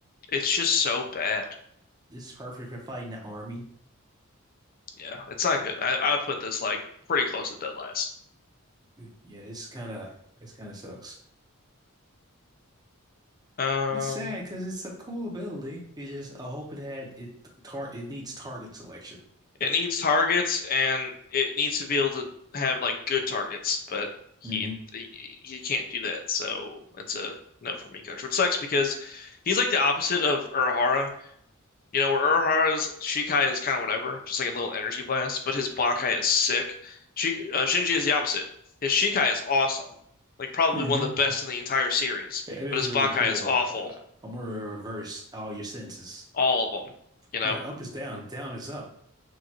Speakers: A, on the left (about 40°); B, on the right (about 20°).
A: It's just so bad.
B: It's perfect for fighting the army.
A: Yeah, it's not good. I I would put this like pretty close to dead last.
B: Mm, Yeah, it's kind of it's kind of sucks.
A: Um,
B: It's sad because it's a cool ability. It's just I hope it had it tar it needs target selection.
A: It needs targets and it needs to be able to have like good targets, but he
B: hmm
A: he, he can't do that. So it's a no for me, coach. Which sucks because he's like the opposite of Urahara. You know, where Urahara's Shikai is kind of whatever, just like a little energy blast, but his Bankai is sick. Shi uh, Shinji is the opposite. His Shikai is awesome, like probably
B: Mm-hmm.
A: one of the best in the entire series,
B: It is
A: but his
B: really
A: Bankai
B: cool.
A: is awful,
B: Uh, I'm gonna reverse all your senses.
A: all of them, you know?
B: Like up is down, down is up.